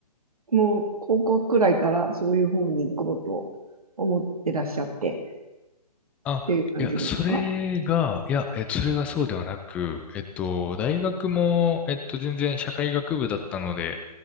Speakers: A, on the right; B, in the centre.
A: もう、高校くらいから、そういう方に行こうと思ってらっしゃって、っていう感じですか
B: あ、いや、それが、いや、え、それがそうではなく、えっと、大学も、えっと、全然社会学部だったので、